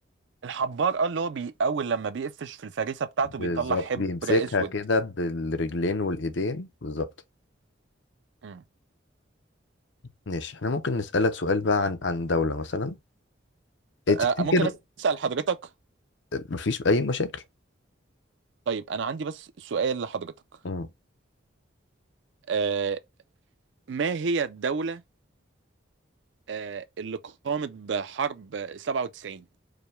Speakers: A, on the right; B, on the left.
A: الحبار اه اللي هو بي اول لما بيقفش في الفريسة بتاعته
B: بالظبط
A: بيطلع حبر
B: بيمسكها
A: اسود
B: كده بالرجلين والايدين بالظبط
A: مم.
B: ماشي احنا ممكن نسألك سؤال بقى عن عن دولة مثلا إيه
A: آه،
B: تفتكر
A: ممكن اسأل حضرتك
B: مفيش أي مشاكل؟
A: طيب انا عندي بس سؤال لحضرتك
B: مم.
A: آه، ما هي الدولة آه، اللي قامت بحرب 97